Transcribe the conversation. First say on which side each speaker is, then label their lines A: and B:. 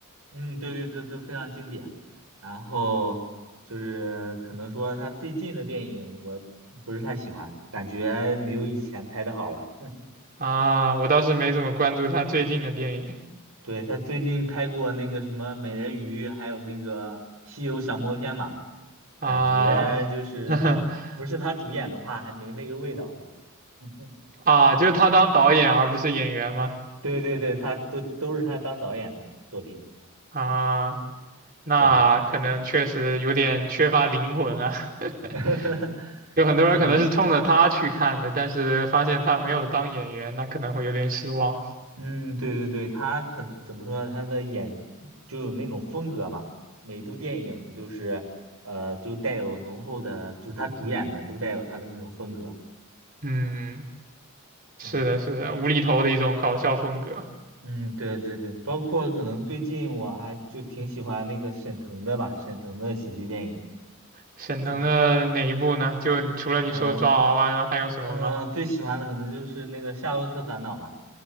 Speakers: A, on the right; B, on the right.
A: 嗯，对对对，都非常经典。然后就是可能说他最近的电影我不是太喜欢，感觉没有以前拍的好了。<laughs>
B: 啊，我倒是没怎么关注他最近的电影
A: 对，他最近拍过那个什么美人鱼，还有那个西游降魔篇嘛，
B: 啊
A: 感觉就是不是他主演的话，
B: <laughs>
A: 还没那个味道就 <laughs>
B: 啊，就是他当导演而不是演员吗？
A: 对对对，他都都是他当导演的作品。
B: 啊。那可能确实有点缺乏灵魂啊。
A: 对，
B: <laughs>
A: <laughs>
B: 有很多人可能是冲着他去看的，
A: 对，
B: 但是发现他没有当演员，那可能会有点失望。
A: 嗯，对对对，他可怎么说呢？他的演就有那种风格嘛，每部电影就是呃，就带有浓厚的，就是他主演的都带有他的那种风格。
B: 嗯，是的，
A: 嗯
B: 是的，无厘头的一种搞笑风格。
A: 嗯，对对对，包括可能最近我还就挺喜欢那个沈腾的吧，沈腾的喜剧电影，
B: 沈腾的哪一部呢？
A: 就
B: 就除了你说抓娃娃之外，
A: 呃
B: 还有什么吗？
A: 呃最喜欢的可能就是那个《夏洛特烦恼》吧。